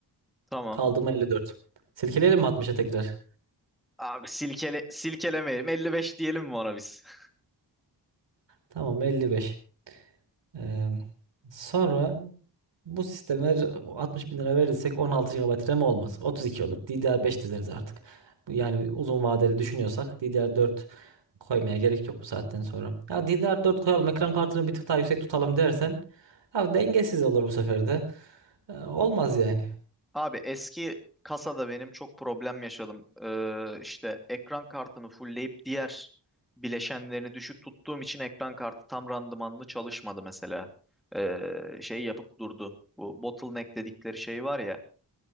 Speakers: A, in the centre; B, on the right.
A: Tamam.
B: Kaldı mı 54. Silkeleyelim mi 60'a tekrar?
A: Abi silkele silkelemeyelim. 55 diyelim mi ona biz? <laughs>
B: Tamam 55. Ee, sonra bu sisteme 60 bin lira verirsek 16 GB RAM olmaz. 32 olur. DDR5 dizeriz artık. Bu Yani uzun vadeli düşünüyorsak DDR4 koymaya gerek yok bu saatten sonra. Ya DDR4 koyalım ekran kartını bir tık daha yüksek tutalım dersen ya dengesiz olur bu sefer de. Ee, olmaz yani.
A: Abi eski kasada benim çok problem yaşadım. Ee, işte ekran kartını fullleyip diğer bileşenlerini düşük tuttuğum için ekran kartı tam randımanlı çalışmadı mesela. Ee, şey yapıp durdu. Bu bottleneck dedikleri şey var ya.